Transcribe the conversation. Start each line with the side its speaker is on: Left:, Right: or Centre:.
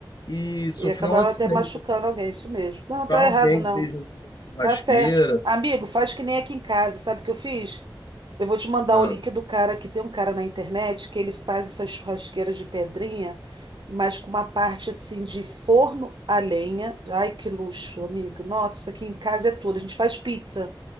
Left: E sofrer
Right: E acabar
Left: um acidente.
Right: até machucando alguém, isso mesmo. Não,
Left: Tá
Right: tá
Left: alguém
Right: errado, não.
Left: que esteja na churrasqueira.
Right: Tá certo. Amigo, faz que nem aqui em casa, sabe o que eu fiz? Eu vou te mandar
Left: Ah,
Right: o link do cara que tem um cara na internet que ele faz essas churrasqueiras de pedrinha, mas com uma parte assim de forno a lenha. Ai, que luxo, amigo. Nossa, aqui em casa é tudo. A gente faz pizza.